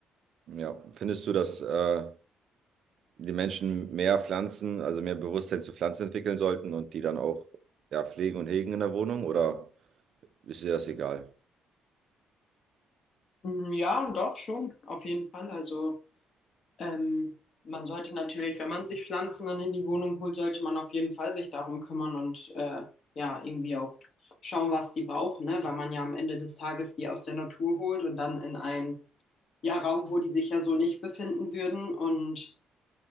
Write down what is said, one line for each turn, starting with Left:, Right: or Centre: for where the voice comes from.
Right: Ja, findest du das äh, die Menschen mehr Pflanzen, also mehr Bewusstsein zu Pflanzen entwickeln sollten und die dann auch ja, pflegen und hegen in der Wohnung oder ist dir das egal?
Left: Mhm, ja, doch schon, auf jeden Fall. Also Ähm, man sollte natürlich, wenn man sich Pflanzen dann in die Wohnung holt, sollte man auf jeden Fall sich darum kümmern und äh, ja, irgendwie auch schauen, was die brauchen, ne? Weil man ja am Ende des Tages die aus der Natur holt und dann in einen ja, Raum, wo die sich ja so nicht befinden würden. Und